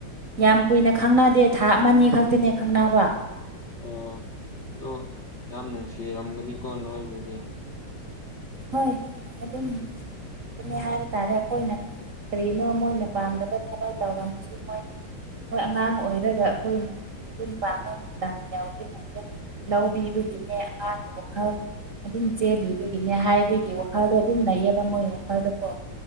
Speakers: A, on the right; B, on the left.
A: ꯌꯥꯝ ꯀꯨꯏꯅ ꯈꯪꯅꯗꯦ ꯊꯥ ꯑꯃ ꯅꯤ ꯈꯛꯇꯅꯦ ꯈꯪꯅꯕ
B: ꯑꯣ ꯑꯗꯨ ꯌꯥꯝ ꯅꯨꯡꯁꯤꯔꯝꯒꯅꯤꯀꯣ ꯅꯣꯏꯕꯨꯗꯤ
A: ꯍꯣꯏ ꯑꯗꯨꯝ ꯑꯗꯨ ꯍꯥꯏꯕ ꯇꯥꯔꯦ ꯑꯈꯣꯏꯅ ꯀꯔꯤꯅꯣ ꯃꯣꯏꯅ ꯄꯥꯝꯗꯕ ꯊꯕꯛ ꯇꯧꯔꯝꯃꯁꯨ ꯃꯣꯏꯅ ꯍꯣꯏ ꯑꯉꯥꯡ ꯑꯣꯏꯔꯒ ꯑꯈꯣꯢꯅ ꯌꯨꯝ ꯄꯥꯟꯕ ꯃꯇꯝ ꯌꯥꯎꯗ꯭ꯔꯤꯉꯩꯗ ꯂꯧꯕꯤꯕꯒꯤꯅꯦ ꯑꯉꯥꯡꯒꯤ ꯋꯥꯈꯜ ꯑꯗꯨꯝ ꯆꯦꯜ ꯂꯨꯕꯒꯤ ꯅꯦ ꯍꯥꯏꯕꯒꯤ ꯋꯥꯈꯜꯗꯣ ꯑꯗꯨꯝ ꯂꯩꯌꯦꯕ ꯃꯣꯏ ꯋꯥꯈꯜꯗꯀꯣ